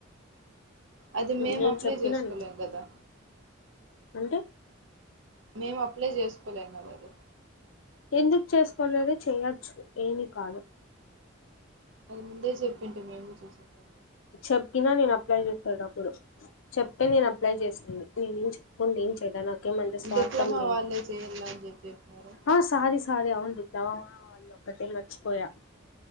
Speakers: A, on the right; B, on the left.
A: అది మేము
B: నేను
A: అప్లై
B: చెప్పినా
A: చేసుకోలేం
B: నీకు
A: కదా
B: అంటే
A: మేము అప్లై చేసుకోలేం కదా అది
B: ఎందుకు చేసుకోలేరు చేయొచ్చు ఏమీ కాదు
A: అది ముందే చెప్పింటే మేము చూసింటాం
B: చెప్పినా నేను అప్లై చేసేటప్పుడు చెప్పే నేను అప్లై చేసింది నేనేం చెప్పకుండా నాకేమంత స్వార్థం
A: డిప్లొమా
B: లేదు
A: వాళ్ళే చేయాల అని చెప్పి చెప్పినారు
B: ఆ సారీ అది అవుందిద్దావా వాళ్ళు ఒక్కటే మర్చిపోయా